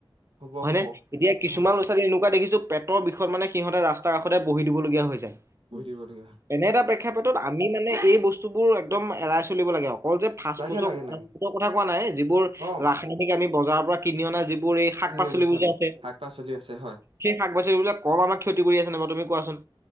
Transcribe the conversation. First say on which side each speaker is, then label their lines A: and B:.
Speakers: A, on the right; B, on the right.
A: হ'ব
B: হয়
A: হ'ব
B: নে এতিয়া কিছুমান
A: হয়
B: ল'ৰা-ছোৱালীৰ এনেকুৱা দেখিছো পেটৰ বিষত মানে সিহঁতে ৰাস্তা কাষতে বহি দিবলগীয়া হৈ যায়
A: বহি থাকিবলগীয়া হয়
B: এনে এটা প্ৰেক্ষাপেটত আমি মানে এই বস্তু। বস্তুবোৰ একদম এৰাই চলিব লাগে। অকল যে ফাৰ্ষ্ট
A: লাগে
B: ফুচ
A: লাগে লাগে
B: ফুডৰ কথা কোৱা নাই যিবোৰ
A: অ
B: ৰাসায়নিক আমি বজাৰৰ পৰা কিনি অনাই যিবোৰ। টোৰ এই শাক
A: কিনি
B: পাচলিবোৰ
A: অনা সেইবোৰ
B: যে আছে
A: শাক পাচলি আছে হয়
B: সেই শাক পাচলিবিলাক কম আমাক ক্ষতি কৰি আছে। নে বাৰু তুমি কোৱাচোন